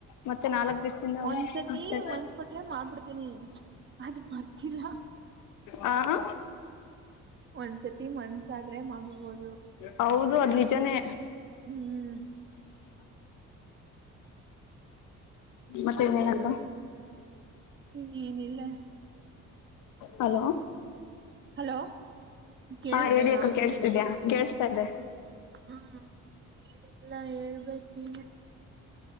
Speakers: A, on the left; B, on the right.
A: ಮತ್ತೆ ನಾಲ್ಕು. ದಿವ್ಸದಿಂದ ನಾವು
B: ಒಂದ್ಸತಿ
A: ಮಾಡತ
B: ಮನ್ಸ್ ಪಟ್ರೆ ಮಾಡ್ಬಿಡ್ತೀನಿ ಅದು ಬರ್ತಿಲ್ಲ
A: <unintelligible> ಹ.
B: ಒಂದ್ಸತಿ. ಮನ್ಸಾದ್ರೆ ಮಾಡ್ಬಿಡ್ಬೋದು
A: ಹೌದು ಅದ್ ನಿಜಾನೇ.
B: ಹ್ಮ್
A: ಮತ್ತೆನೇನಕ್ಕ.
B: ಇನ ಏನ ಇಲ್ಲ.
A: ಹಲೋ.
B: ಹಲೋ. ಕೇಳಿಸ್ತಿಲ್ವಾ
A: ಹಾ ಹೇಳಿ ಅಕ್ಕ ಕೇಳ್ಸ್ತಿದ್ಯಾ ಕೇಸ್ತಾ ಇದ್ದೆ.
B: ಹ್ಮಲ್ಲ ಹೇಳ್ಬೇಕು ನೀ.